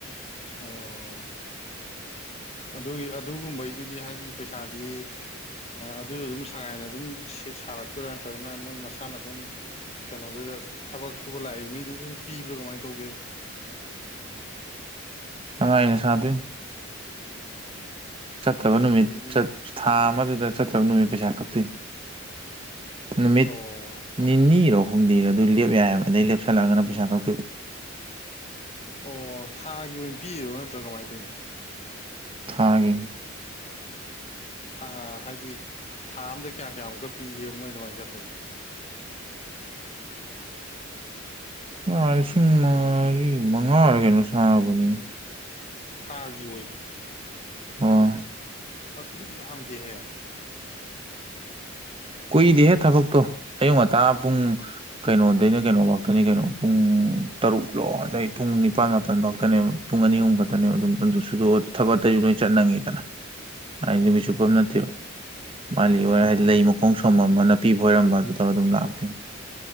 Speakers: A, on the left; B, on the right.
A: ꯑꯣ ꯑꯗꯨꯒꯤ ꯑꯗꯨꯒꯨꯝꯕꯩꯗꯨꯗꯤ ꯍꯥꯏꯗꯤ ꯄꯩꯁꯥꯗꯤ ꯑꯗꯨꯁꯨ ꯑꯗꯨꯝ ꯁꯉꯥꯏꯅ ꯑꯗꯨꯝ ꯁꯥꯔꯛꯇꯣꯏꯔꯥ ꯅꯠꯇ꯭ꯔꯒꯅ ꯃꯣꯏ ꯃꯁꯥꯅ ꯑꯗꯨꯝ ꯀꯩꯅꯣꯗꯨꯗ ꯊꯕꯛ ꯁꯨꯕ ꯂꯥꯛꯏꯕ ꯃꯤꯗꯨ ꯑꯗꯨꯝ ꯄꯤꯕ꯭ꯔꯥ ꯀꯃꯥꯏꯅ ꯇꯧꯒꯦ
B: ꯁꯉꯥꯏꯅ ꯁꯥꯗꯣꯏ ꯆꯠꯇꯕ
A: ꯑꯁ
B: ꯅꯨꯃꯤꯠ
A: ꯑꯗꯨꯗꯤ
B: ꯊꯥ ꯑꯃꯗꯨꯗ ꯆꯠꯇꯕ ꯅꯨꯃꯤꯠ ꯄꯩꯁꯥ ꯀꯛꯇꯣꯏ ꯅꯨꯃꯤꯠ
A: ꯑꯣ
B: ꯅꯤꯅꯤꯔꯣ ꯍꯨꯝꯗꯤꯔꯣ ꯑꯗꯨ ꯂꯦꯞ ꯌꯥꯏꯕ ꯑꯗꯩ ꯂꯦꯞꯁꯜꯂꯛꯑꯒꯅ ꯄꯩꯁꯥ ꯈꯛꯇ
A: ꯑꯣ ꯊꯥꯒꯤ ꯑꯣꯏꯅ ꯄꯤꯔꯣ ꯅꯠꯇ꯭ꯔꯥ ꯀꯃꯥꯏꯅ ꯇꯧꯔꯤꯅꯣ
B: ꯊꯥꯡꯒꯤ
A: ꯊꯥ ꯍꯥꯏꯗꯤ ꯊꯥ ꯑꯝꯗ ꯀꯌꯥ ꯀꯌꯥꯃꯨꯛꯀ ꯄꯤꯒꯕ ꯃꯣꯏ ꯑꯗꯨꯃꯥꯏꯅ ꯆꯠꯄꯗꯣ
B: ꯂꯥ ꯂꯤꯁꯤꯡ ꯃꯔꯤ ꯃꯉꯥꯔ ꯀꯩꯅꯣ ꯁꯥꯕꯅꯤꯅꯦ
A: ꯊꯥꯒꯤ ꯑꯣꯏꯅ
B: ꯑꯥ
A: ꯑꯗꯨꯗꯤ ꯌꯥꯝꯗꯦꯍꯦ
B: ꯀꯨꯏꯗꯦꯍꯦ ꯊꯕꯛꯇꯣ ꯑꯌꯨꯛ ꯉꯇꯥ ꯄꯨꯡ ꯀꯩꯅꯣꯗꯩꯅ ꯀꯩꯅꯣꯐꯇꯅꯤ ꯀꯩꯅꯣ ꯄꯨꯡ ꯇꯔꯨꯛꯂꯣ ꯑꯗꯩ ꯄꯨꯡ ꯅꯤꯄꯥꯜ ꯃꯥꯄꯜ ꯐꯥꯎꯇꯅꯦꯕ ꯄꯨꯡ ꯑꯅꯤ ꯑꯍꯨꯝ ꯈꯛꯇꯅꯦꯕ ꯑꯗꯨꯝ ꯑꯗꯨ ꯊꯕꯛꯇꯁꯨ ꯂꯣꯏ ꯆꯠꯅꯤꯡꯉꯤꯗꯅ
A: <inaudible>
B: ꯍꯥꯏꯗꯤ ꯅꯨꯃꯤꯠꯁꯨꯨꯞꯄ ꯑꯃ ꯅꯠꯇꯦꯕ ꯃꯥꯜꯂꯤ
A: ꯑꯣ
B: ꯑꯣꯏꯔ
A: ꯑꯗꯨꯗꯤ
B: <unintelligible> ꯅꯥꯄꯤꯕꯣꯏꯔꯝꯕ ꯑꯗꯨ ꯇꯧꯔ ꯑꯗꯨꯝ ꯂꯥꯛꯇꯣꯏꯅꯤ